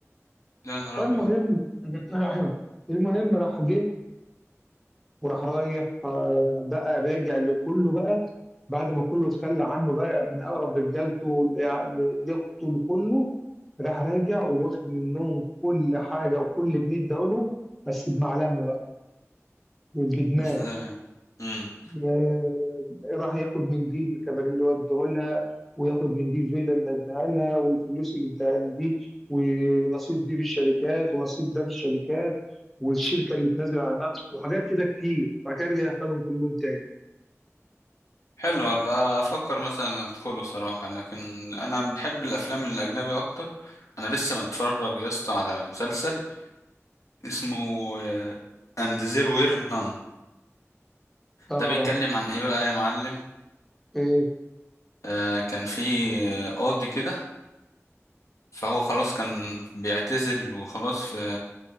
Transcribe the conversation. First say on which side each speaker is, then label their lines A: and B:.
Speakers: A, on the left; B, in the centre.
A: يا نهار
B: فالمهم
A: ابيض
B: <clears throat> المهم راح جه وراح رايح آه، بقى راجع لكله بقى بعد ما كله اتخلى عنه بقى من اقرب رجالته ل- ل- لاخته لكله راح راجع وواخد منهم كل حاجه وكل جنيه اداهولهم بس بمعلمه بقى وبدماغ
A: ازاي مم.
B: آه، راح ياخد من دي الكباريه اللي هو اداهولها وياخد من دي الفيلا اللي اداها لها والفلوس اللي اداها دي ونصيب دي في الشركات ونصيب ده في الشركات والشركه اللي تنزل عنها وحاجات كده كتير بعد كده رجع خدهم كلهم تاني
A: حلو ابقى افكر مثلا ادخله صراحة لكن انا بحب الافلام الاجنبي اكتر انا لسه متفرج يا اسطى على مسلسل اسمه اند زيرو وير نان
B: اه
A: ده بيتكلم عن ايه بقى يا معلم
B: ايه
A: آه كان في آه، قاضي كده فهو خلاص كان بيعتزل وخلاص في